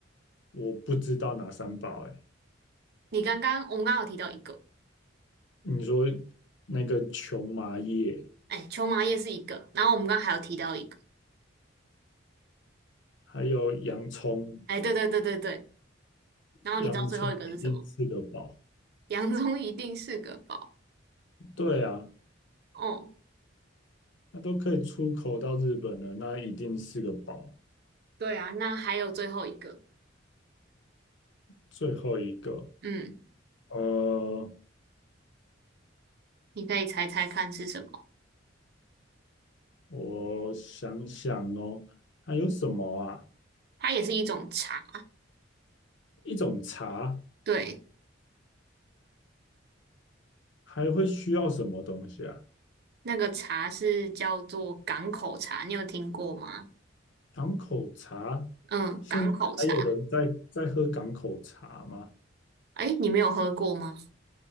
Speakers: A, on the left; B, on the right.
A: 我不知道哪三宝哎、
B: 你刚刚我们刚刚有提到一个，
A: 你说那个琼麻叶，
B: 哎，秋麻叶是一个，然后我们刚刚还有提到一个，
A: 还有洋葱，
B: 哎，对对对对对，然后你知道最后一个是什么？
A: 洋葱一定是个宝。
B: 洋葱一定是个宝。
A: 对啊，
B: 哦，
A: 那都可以出口到日本了，那一定是个宝。
B: 对啊，那还有最后一个，
A: 最后一个，
B: 嗯，
A: 呃，
B: 你可以猜猜看是什么？
A: 我想想哦，还有什么啊？
B: 它也是一种茶，
A: 一种茶
B: 对，
A: 还会需要什么东西啊？
B: 那个茶是叫做港口茶，你有听过吗？
A: 港口茶，
B: 嗯，
A: 现在还有人在在喝港口茶吗？
B: 港口茶，哎，你没有喝过吗？